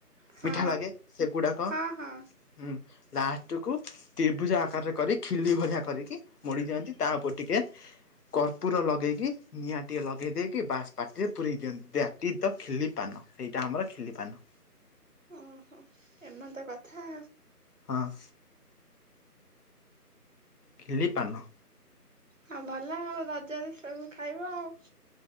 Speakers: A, on the right; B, on the left.
A: ହଁ
B: ମିଠା ଲାଗେ ସେଗୁଡ଼ାକ
A: ହଁ
B: ହୁଁ।
A: ହଁ
B: ଲାଷ୍ଟକୁ ତ୍ରିଭୁଜ ଆକାରରେ କରି ଖିଲି ଭଳିଆ କରିକି ମୋଡି ଦିଅନ୍ତି ତା ଉପରେ ଟିକେ କର୍ପୁର ଲଗେଇକି ନିଆଁଟିଏ ଲଗେଇ ଦେଇକି ବାସ୍ ପାଟିରେ ପୁରେଇ ଦିଅନ୍ତି। ଦାଟ୍ ଜି ଦ ଖିଲି ପାନ, ସେଇଟା ଆମର ଖିଲି ପାନ।
A: ଉଁ ହୁଁ। ଏମନ୍ତ କଥା।
B: ହଁ। ଖିଲିପାନ।
A: ହଁ ଭଲ ଆଉ ରଜରେ ସବୁ ଖାଇବ ଆଉ।